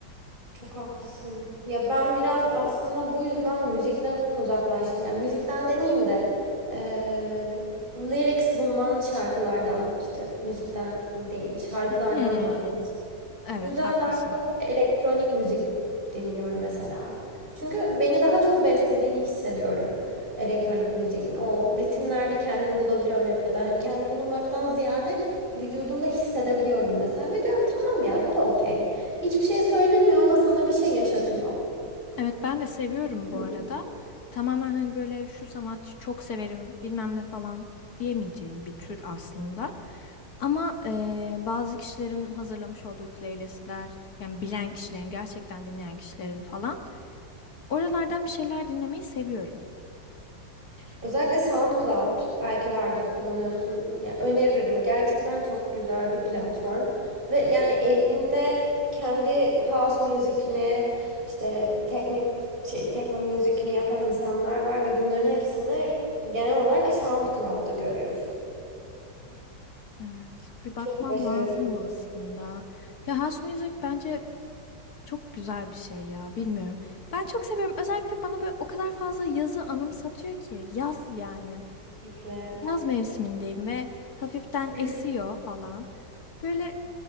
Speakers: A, on the right; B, on the left.
A: Çok haklısın. Ya ben biraz aslında bu yüzden müzikten uzaklaştım. Yani müzikten demeyeyim de eee, lyrics bulunan şarkılardan işte müzikten değil şarkılardan
B: Hmm,
A: uzak.
B: evet
A: Bu yüzden
B: haklısın.
A: daha çok elektronik müzik dinliyorum mesela. Çünkü beni daha çok beslediğini hissediyorum elektronik müziğin. O ritimlerde kendimi bulabiliyorum ya da hani kendi bulunmaktan ziyade vücudumda hissedebiliyorum mesela. Ve diyorum tamam ya bu da okey. Hiçbir şey söylemiyor ama sana bir şey yaşatıyor.
B: Evet ben de seviyorum
A: Hmm.
B: bu arada. Tamamen hani böyle şu sanatçı çok severim bilmem ne falan diyemeyeceğim bir tür aslında. Ama eee, bazı kişilerin hazırlamış olduğu playlistler yani bilen kişilerin gerçekten dinleyen kişilerin falan oralardan bir şeyler dinlemeyi seviyorum.
A: Özellikle SoundCloud belki vardır kullanıyorsun. Ya öneririm. Gerçekten çok güzel bir platform. Ve yani evinde kendi house müzikini, işte teknik şey tekno müzikini yapan insanlar var ve bunların hepsini genel olarak SoundCloud'da görüyorsun.
B: Evet bir bakmam
A: Çok başarılı.
B: lazım mı aslında? Ya house music bence çok güzel bir şey ya bilmiyorum. Ben çok seviyorum özellikle bana böyle o kadar fazla yazı anımsatıyor ki yaz yani.
A: Kesinlikle.
B: Yaz mevsimindeyim ve hafiften
A: <clears throat>
B: esiyor falan. Böyle